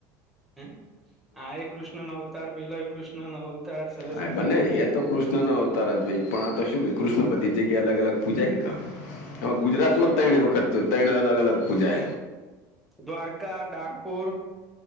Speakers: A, in the centre; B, on the left.
A: હ, આ એ કૃષ્ણનો અવતાર પેલા કૃષ્ણનો અવતાર સરસ
B: હા,
A: મજાને
B: બંને હ તો કૃષ્ણનો અવતાર ભાઈ પણ આ તો શું છે
A: હમ
B: કૃષ્ણ બધી જગ્યાએ અલગ અલગ પૂજાય હ કા હા, ગુજરાતમાં
A: સો ટકા
B: તૈણી વખત તૈણ અલગ અલગ પૂજા
A: દ્વારકા, ડાકોર